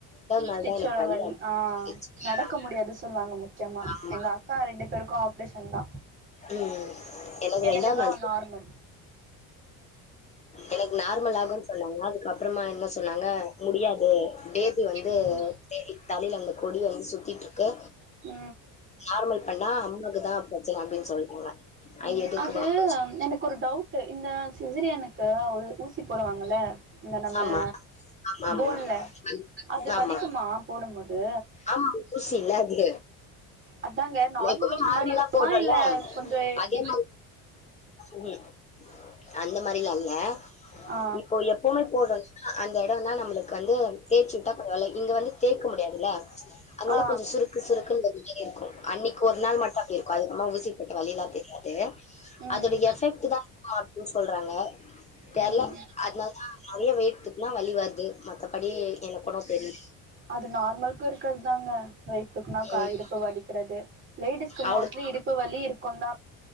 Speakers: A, on the left; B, on the right.
A: நாள்
B: ஸ்டிச்
A: தான் எனக்கு
B: ஓட வலி
A: ஆரம்பிச்சுச்சு
B: ஆ நடக்க முடியாது சொல்வாங்க முக்யமா
A: ஆமா
B: எங்க அக்கா ரெண்டு பேருக்கு ஆப்ரேஷன் தா
A: ம் எனக்கு
B: எனக்குதா
A: நாள்
B: நார்மல்
A: எனக் நார்மல் ஆகும்ன்னு சொன்னாங்க அதுகப்றமா என்ன சொன்னாங்க முடியாது பேபி வந்து
B: ம்
A: தேடி தலைல அந்த கொடி வந்து சுத்திட்ருக்கு
B: உ
A: நார்மல் பண்ணா அம்மாகுதா பிரச்சன அப்டின்னு சொல்ட்டாங்க அ
B: உ
A: எதுக்கு
B: அது
A: வம்பு?
B: எனக்கு ஒரு டவுட்டு இந்த சிசேரியனுக்கு உள் ஊசி ஊசிபோடுவாங்கல இந்த நம்ம
A: ஆமா, ஆமாமா.
B: போன்ல
A: அந்
B: அது
A: ஆமா.
B: வலிக்குமா போடும்போது
A: ஆமா ஊசி இல்ல அது
B: அதாங்க நார்மல்
A: எப்பமே
B: ஊசி
A: நார்மலா
B: மாரி இருக்குமா
A: போட்றோல்ல
B: இல்ல கொஞ்சோ
A: அதே
B: டிஃப்
A: மாரி ம் அந்த மாரிலா இல்ல
B: ஆ
A: இப்போ எப் பொமை போறன்னா அந்த எடோதா நம்மளுக்கு வந்து தேய்ச்சிட்டா கொஞ்சவலை இங்க வந்து தேய்க முடியாதுல்ல அனால
B: ஆ
A: கொஞ்ச சுருக் சுருக்குன் பந்தினே இருக்கு அன்னிக் ஒரு நாள் மட்டு அப்டி இருக்கு அதிகமா ஊசிபேட்ட வலிலா தெரியாது
B: ம்
A: அதோட எஃபெக்ட்தா இருக்கு அப்டின் சொல்றாங்க தெர்ல
B: ம்
A: அதனாலதா நெறைய வெய்ட் தூக்னா வலி வருது மத்தபடி எனக் ஒன்னு தெரில
B: அது நார்மலுக்கு இருக்கர்தாங்க ரை துக்குனாகா
A: ம்
B: இடுப்பு வலிக்கிறது லேடிஸ்க்கு
A: அவ்ளோ
B: மோஸ்ட்லி இடுப்பு வலி இருக்குதா